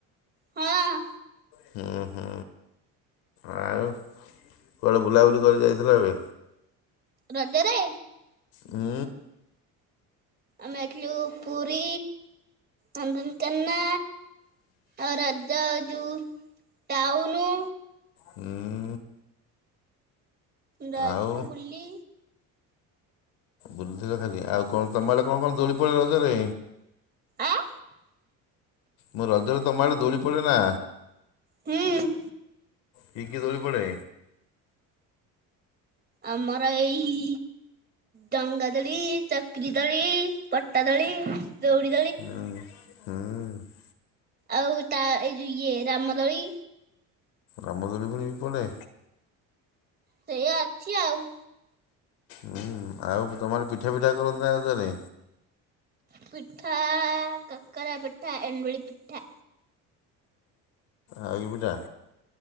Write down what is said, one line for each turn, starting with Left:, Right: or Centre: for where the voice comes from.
Right: ହଁ।
Left: ହୁଁ ହୁଁ ଆଉ କୁଆଡ଼େ ବୁଲାବୁଲି କରି ଯାଇଥିଲା ଏବେ?
Right: ରଜରେ।
Left: ହୁଁ।
Right: ଆମେ ଯାଇଥିଲୁ ପୁରୀ, ନନ୍ଦନକାନନ। ଆଉ ରଜ ଯଉ ଟାଉନୁ।
Left: ହଁ।
Right: ଯାଇଥିଲୁ
Left: ଆଉ
Right: ବୁଲି।
Left: ବୁଲିଥିଲ ଖାଲି ଆଉ କଣ ତମ ଆଡେ କଣ କଣ ଦୋଳି ପଡେ ରଜରେ?
Right: ଆଁ।
Left: ମୋ ରଜରେ ତମ ଆଡ଼େ ଦୋଳି ପଡ଼େ ନା?
Right: ହୁଁ।
Left: କି କିି ଦୋଳି ପଡ଼େ?
Right: ଆମର ଏଇ ଡଙ୍ଗାଦୋଳି, ଚକିରୀ ଦୋଳି, ପଟା ଦୋଳି, ଦଉଡ଼ି
Left: ହୁଁ ହୁଁ।
Right: ଆଉ ତା ଏଇ ଯଉ ଇଏ ରାମଦୋଳି।
Left: ରାମଦୋଳି ଫୁଣି ବି ପଡ଼େ।
Right: ସେୟା ଅଛି ଆଉ।
Left: ହୁଁ ଆଉ ତମ ଆଡ଼େ ପିଠା ପିଠା କରନ୍ତି ନା ରଜ ରେ?
Right: ପିଠା କାକରା ପିଠା, ଏଣ୍ଡୁଳି ପିଠା।
Left: ଆଉ କି ପିଠା?